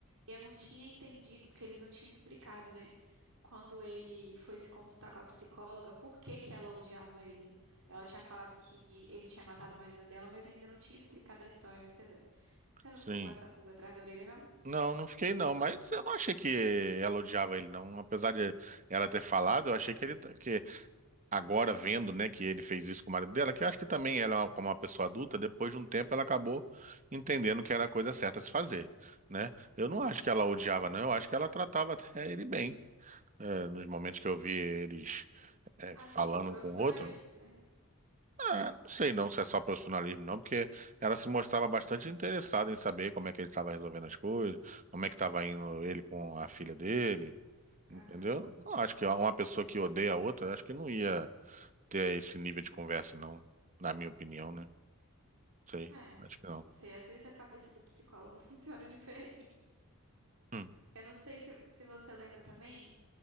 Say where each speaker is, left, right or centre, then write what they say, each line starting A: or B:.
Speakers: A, on the right; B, on the right.
A: eu não tinha entendido, porque eles não tinham explicado, né? Quando ele foi se consultar com a psicóloga, por que que ela odiava ele? Ela tinha falado que ele tinha matado o marido dela, mas ainda não tinha explicado a história. Você, você não
B: sim.
A: ficou com essa pulga atrás da orelha, não?
B: Não, não fiquei não, mas eu não achei que ela odiava ele, não. Apesar de ela ter falado, eu achei que ele, que agora vendo, né, que ele fez isso com o marido dela, que eu acho que também ela, é uma- como uma pessoa adulta, depois de um tempo ela acabou entendendo que era a coisa certa a se fazer, né?
A: Uhum.
B: Eu não acho que ela odiava, não, eu acho que ela tratava até ele bem. é, nos momentos que eu vi eles é,
A: Assim,
B: falando
A: com profissionalismo,
B: um com o outro,
A: né?
B: Eu não sei não se é só profissionalismo, não, porque ela se mostrava bastante interessada em saber como é que ele estava resolvendo as coisas, como é que estava indo ele com a filha dele, entendeu?
A: Aham.
B: Não acho que uma pessoa que odeia a outra, acho que não ia ter esse nível de conversa, não. Na minha opinião, né? Sei,
A: É.
B: acho que não.
A: Não sei, às vezes a cabeça do psicólogo <laughs> funciona diferente.
B: Hum.
A: Eu não sei se, se você lembra também.